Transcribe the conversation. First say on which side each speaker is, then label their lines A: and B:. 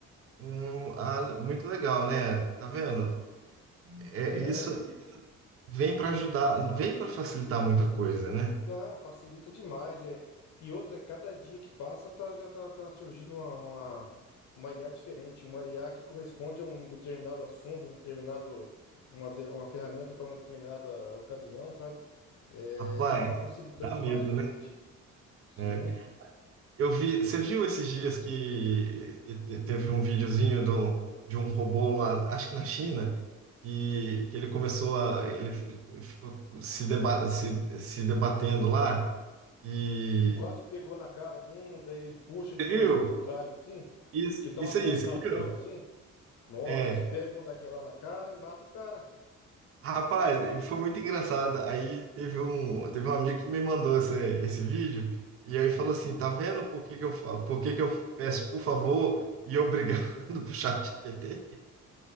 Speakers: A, on the right; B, on the left.
A: hum, ah, muito legal, né? Tá vendo? É,
B: É,
A: isso vem para ajudar, vem para facilitar muita coisa, né?
B: Não, facilita demais, é. E outra, cada dia que passa tá, já tá, tá surgindo uma, uma, uma IA diferente, uma IA que corresponde a um determinado assunto, um determinado, uma, de- uma ferramenta para uma determinada ocasião, sabe? É,
A: Rapaz,
B: tá facilitando
A: dá
B: demais
A: medo,
B: pra
A: né?
B: gente. Sim.
A: É. Eu vi, você viu esses dias que, que te- teve um videozinho do, de um robô lá, acho que na China, que, que ele começou a, ele ficou se, deba, se, se debatendo lá e
B: Que quase pegou na cara de um, daí ele puxa, depois
A: você viu?
B: ele por trás, assim.
A: Isso,
B: Que ele dá
A: isso
B: umas mãozadonas
A: aí, você viu?
B: assim. Nossa,
A: É,
B: e se pega uma daquela na cara e mata o cara.
A: rapaz, foi muito engraçado. Aí teve um, teve um amigo que me mandou esse, esse vídeo e aí falou assim, tá vendo por que que eu falo, por que que eu peço por favor e obrigado <laughs> pro chat ChatGPT?